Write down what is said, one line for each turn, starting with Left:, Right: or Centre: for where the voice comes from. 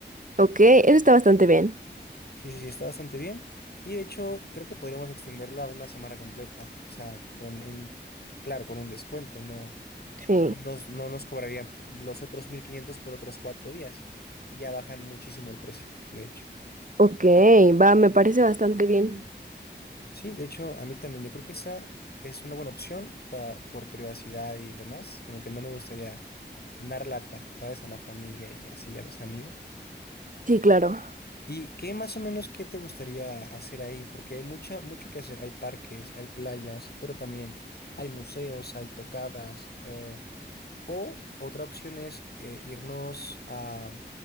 Right: ok, eso está bastante bien.
Left: Sí, sí, sí, está bastante bien. Y de hecho, creo que podríamos extenderlo a una semana completa. O sea, con un, claro, con un descuento. No,
Right: Sí,
Left: no nos, no nos cobrarían los otros 1.500 por otros cuatro días. Ya bajan muchísimo el precio, de hecho.
Right: ok, va, me parece bastante bien.
Left: Sí, de hecho, a mí también. Yo creo que esa es una buena opción para, por privacidad y demás. Como que no me gustaría dar lata, ¿sabes? A la familia y así, a los amigos.
Right: Sí, claro.
Left: ¿Y qué más o menos qué te gustaría hacer ahí? Porque hay mucha, mucho que hacer. Hay parques, hay playas, pero también hay museos, hay tocadas. eh, O otra opción es eh, irnos a